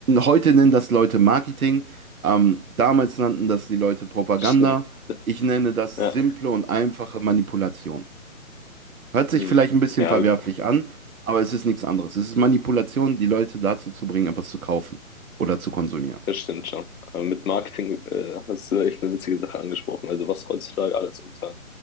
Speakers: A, on the right; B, on the left.
A: heute nennen das Leute Marketing, ähm, damals nannten das die Leute Propaganda.
B: stimmt. <laughs>
A: Ich nenne das
B: Ja.
A: simple und einfache Manipulation. Hört sich
B: Hm.
A: vielleicht ein bisschen
B: Ja,
A: verwerflich an, aber es ist nichts anderes. Es ist Manipulation, die Leute dazu zu bringen, etwas zu kaufen oder zu konsumieren.
B: Das stimmt schon. Aber mit Marketing äh, hast du echt eine witzige Sache angesprochen. Also was heutzutage alles unter